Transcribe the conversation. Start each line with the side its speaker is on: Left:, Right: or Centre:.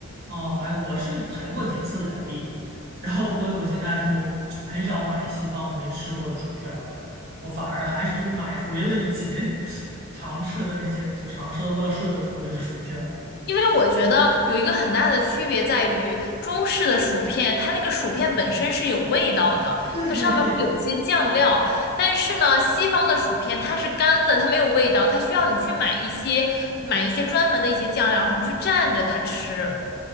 Right: 哦，哎，我是踩过几次雷，然后所以我现在就很少买西方的没吃过的薯片儿了，我反而还是买回了以前 <laughs> 常吃的那些，就常吃的乐事的口味的薯片儿。
Left: 因为我觉得有一个很大的区别在于，中式的薯片，它那个薯片本身是有味道的，
Right: 对对对，
Left: 它上面会有一些酱料。但是呢，西方的薯片它是干的，它没有味道，它需要你去买一些买一些专门的一些酱料，然后你去蘸着它吃。